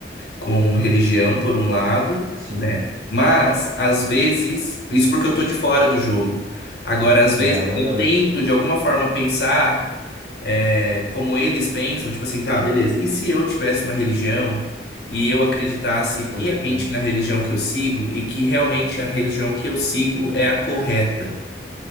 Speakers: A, on the left; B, on the right.
A: com religião, por um lado,
B: Sim.
A: né? Mas, às vezes, isso porque eu tô de fora do jogo. Agora, às vezes,
B: É, é verdade.
A: eu tento, de alguma forma, pensar é, como eles pensam, tipo assim, tá, beleza. E se eu tivesse uma religião e eu acreditasse piamente
B: Pode crer.
A: na religião que eu sigo e que realmente a religião que eu sigo é a correta?